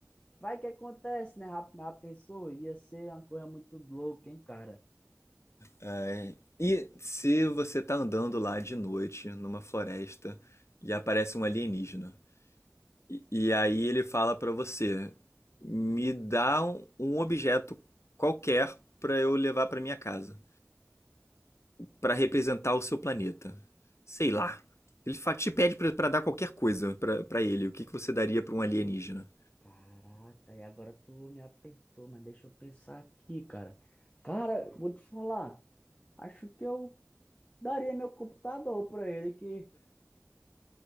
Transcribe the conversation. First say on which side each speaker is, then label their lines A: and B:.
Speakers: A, on the left (about 20°); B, on the left (about 65°).
A: vai que acontece, né? rap já pensou? Ia ser uma coisa muito louca, hein, cara?
B: É, E se você tá andando lá de noite numa floresta e aparece um alienígena, e, e aí ele fala pra você: me dá um, um objeto qualquer pra eu levar pra minha casa, pra representar o seu planeta. Sei lá. Ele fa- te pede pra pra dar qualquer coisa pra pra ele. O que que você daria pra um alienígena?
A: Caraca, e agora tu me apertou, mas deixa eu pensar aqui, cara. Cara, vou te falar. Acho que eu Daria meu computador para ele, que